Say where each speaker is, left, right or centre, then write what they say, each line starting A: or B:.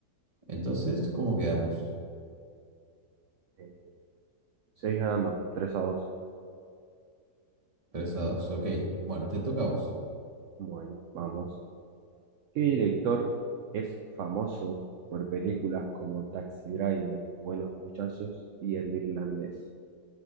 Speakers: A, on the right; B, on the right.
A: Entonces, ¿cómo quedamos?
B: Eh, seis ganando, 3 a 2.
A: tres a dos ok. Bueno, te toca a vos.
B: Bueno, vamos. ¿Qué director es famoso por películas como Taxi Driver, Buenos Muchachos y El Irlandés?